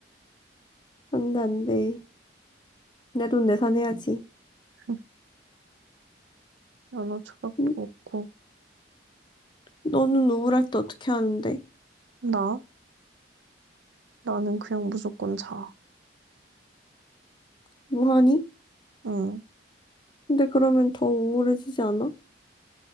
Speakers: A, on the left; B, on the right.
A: 안 돼, 안 돼. 내 돈 내산해야지.
B: <laughs> 연어 초밥도
A: 응?
B: 먹고.
A: 너는 우울할 때 어떻게 하는데?
B: 나? 나는 그냥 무조건 자.
A: 뭐 하니?
B: 응.
A: 근데 그러면 더 우울해지지 않아?